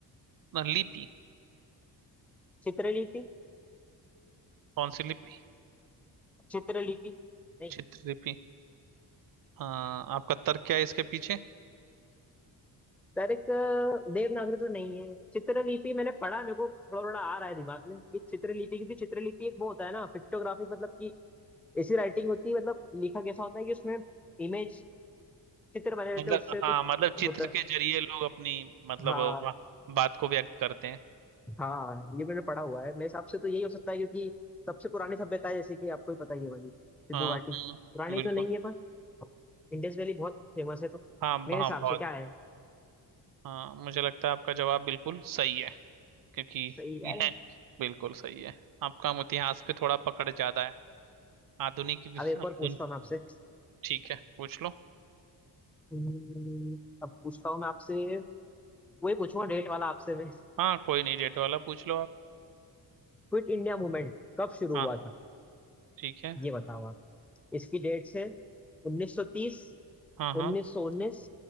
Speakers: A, on the right; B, in the centre.
A: ना लिपि
B: चित्रलिपि
A: कौन सी लिपि
B: चित्रलिपि नहीं
A: चित्रलिपि हाँ आपका तर्क क्या है इसके पीछे
B: डायरेक्ट देवनागरी तो नहीं है चित्रलिपि मैंने पढ़ा मेरे को थोड़ा थोड़ा आ रहा है दिमाग में कि चित्रलिपि क्योंकि चित्रलिपि एक वो होता है ना पिक्टोग्राफिक मतलब कि ऐसी राइटिंग होती है मतलब लिखा कैसा होता है कि उसमें इमेज चित्र बने रहते
A: मतलब
B: हैं उससे कुछ
A: हाँ मतलब चित्र
B: होता
A: के जरिए लोग अपनी मतलब
B: हाँ
A: बा, बात को व्यक्त करते हैं
B: हाँ ये मैंने पढ़ा हुआ है मेरे हिसाब से तो यही हो सकता है क्योंकि सबसे पुरानी सभ्यता है जैसे कि आपको ही पता ही है वाली सिंधु
A: हाँ
B: घाटी
A: हाँ
B: पुरानी
A: बिल्कुल
B: तो नहीं है पर इंडस वैली बहुत फेमस है तो
A: हाँ
B: मेरे
A: हाँ
B: हिसाब
A: बहुत
B: से क्या है
A: हाँ मुझे लगता है आपका जवाब बिल्कुल सही है क्योंकि
B: सही
A: <laughs>
B: है
A: यह बिल्कुल सही है आपका हम इतिहास पे थोड़ा पकड़ ज्यादा है आधुनिक भी
B: अब एक और
A: आधुन
B: पूछता हूँ मैं आपसे
A: ठीक है पूछ लो
B: हम्म, अब पूछता हूँ मैं आपसे वही पूछूंगा डेट वाला आपसे मैं
A: हाँ कोई नहीं डेट वाला पूछ लो आप
B: क्विट इंडिया मूवमेंट कब शुरू
A: हाँ
B: हुआ था
A: ठीक है
B: ये बताओ आप इसकी डेट्स है 1930
A: हाँ हाँ
B: उन्नीस सौ उन्नीस